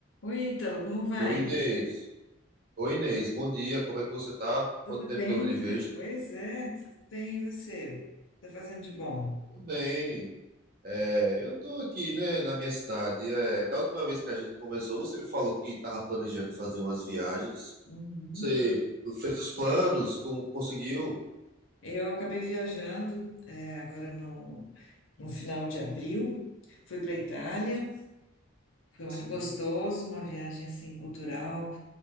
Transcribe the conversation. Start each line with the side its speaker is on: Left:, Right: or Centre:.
Left: Oi, Ítalo, como vai?
Right: Oi, Inês. Oi, Inês. Bom dia. Como é que você tá?
Left: Tudo
Right: Quanto tempo
Left: bem?
Right: que eu não lhe vejo?
Left: Pois é, tudo bem. E você? O que tá fazendo de bom?
Right: Tudo bem. É, eu tô aqui, né, na minha cidade. É, da última vez que a gente conversou, você me falou que tava planejando fazer umas viagens.
Left: Uhum.
Right: Você fez os planos? Como conseguiu?
Left: Eu acabei viajando, é, agora no, no final de abril. Fui para Itália, foi muito
Right: Sim,
Left: gostoso, uma viagem assim cultural,